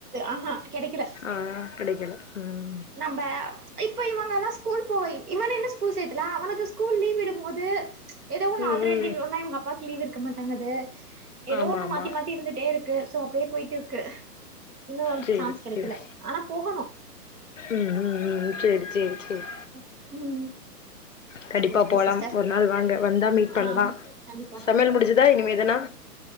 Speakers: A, on the right; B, on the left.
A: ஆஹா கெடைக்கல
B: ஆ கெடைக்கல ம்
A: நம்ப இப்ப இவங்கலா ஸ்கூல் போய் இவன இன்னு ஸ்கூல் சேத்தல அவனக்கு ஸ்கூல் லீவ் விடும்போது ஏதோ ஒன்னு
B: ம்
A: ஆல்டர்னேட்டிவ்
B: ம்
A: ஒன்ன இவ்ங்கப்பாக் லீவ் இருக்க மாட்டங்கது ஏதோ
B: ஆமா
A: ஒன்னு
B: ஆமா
A: மாத்தி மாத்தி இருந்துட்டேருக்கு சோ அப்டியே போயிட்டுருக்கு இன்னு அவனுக்
B: சேரி
A: சான்ஸ் கெடைக்கல
B: சேரி
A: ஆனா போகணு
B: ம் ம் ம் சேரி சேரி சேரி
A: ம்
B: கண்டிப்பா
A: சரி ஓகே
B: போலா
A: சிஸ்டர்
B: ஒரு நாள் வாங்க வந்தா மீட் பண்லா
A: ஆ கண்டிப்பா
B: சமையல் முடிஞ்சதா இனிமேதனா